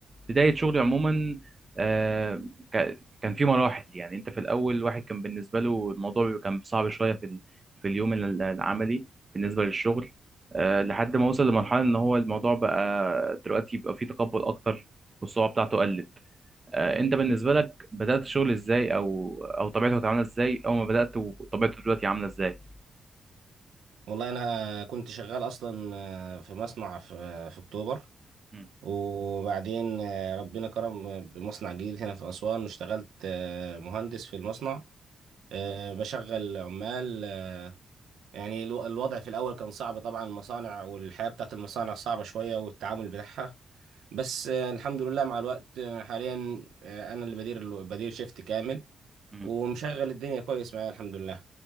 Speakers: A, on the right (about 25°); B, on the right (about 85°).
A: بدايه شغلي عموما آه، ك- كان في مراحل يعني انت في الاول واحد كان بالنسبه له الموضوع بيبقى- كان صعب شويه في ال- في اليوم ال- العملي بالنسبه للشغل آه، لحد ما وصل لمرحله ان هو الموضوع بقى دلوقتي يبقى فيه تقبل اكتر والصعوبه بتاعته قلت آه، انت بالنسبه لك بدات الشغل ازاي او او طبيعته كانت عامله ازاي اول ما بدات وطبيعته دلوقتي عامله ازاي
B: والله انا كنت شغال اصلا آه، في مصنع في آه، في اكتوبر
A: مم.
B: وبعدين آه، ربنا كرم بمصنع جديد هنا في أسوان اشتغلت آه، مهندس في المصنع آه، بشغل عمال يعني الو- الوضع في الأول كان صعب طبعا المصانع والحياة بتاعت المصانع صعبة شوية والتعامل بتاعها بس آه، الحمد لله مع الوقت آه، حاليا آه، أنا اللي بدير اللو- بدير شيفت كامل
A: مم.
B: ومشغل الدنيا كويس معايا الحمد لله